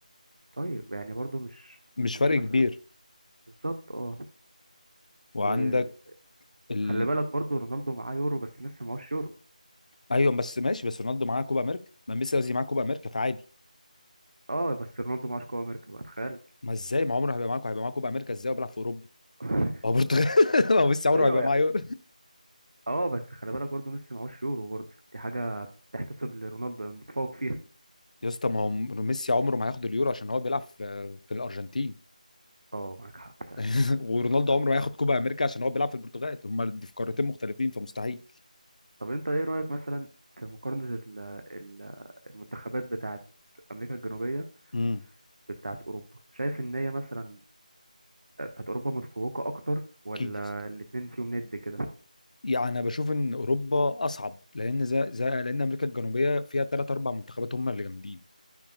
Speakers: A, on the right; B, on the left.
A: طيب يعني برضو مش
B: مش
A: مش
B: فرق كبير
A: مثلا بالظبط اه
B: وعندك
A: وخلي
B: ال...
A: بالك برضو رونالدو معاه يورو بس ميسي معهوش يورو
B: ايوه بس ماشي بس رونالدو معاه كوبا امريكا ما ميسي قصدي معاه كوبا امريكا فعادي
A: اه بس رونالدو معهوش كوبا أمريكا بقى تخيل
B: ما ازاي ما عمره هيبقى معاه هيبقى معاه كوبا امريكا ازاي وبيلعب في اوروبا
A: <laughs>
B: هو برتغال <laughs> ما هو ميسي عمره
A: ايوه
B: هيبقى
A: يعني
B: معاه يورو
A: اه بس خلي بالك برضو ميسي معهوش يورو برضو دي حاجة تحتسب لرونالدو المتفوق فيها
B: يا اسطى ما هو ميسي عمره ما هياخد اليورو عشان هو بيلعب في في الارجنتين
A: اه معاك حق فعلا
B: <laughs> ورونالدو
A: معاك حق
B: عمره ما هياخد كوبا امريكا عشان هو بيلعب في البرتغال هما دي في قارتين مختلفين فمستحيل
A: طب انت ايه رأيك مثلا في مقارنة ال- ال- المنتخبات بتاعت امريكا الجنوبية
B: امم
A: بتاعت اوروبا شايف ان هي مثلا بتاعت اوروبا متفوقة اكتر ولا
B: اكيد يا اسطى
A: الاتنين فيهم ند كده
B: يعني انا بشوف ان اوروبا اصعب لان زي زي لان امريكا الجنوبيه فيها ثلاث اربع منتخبات هم اللي جامدين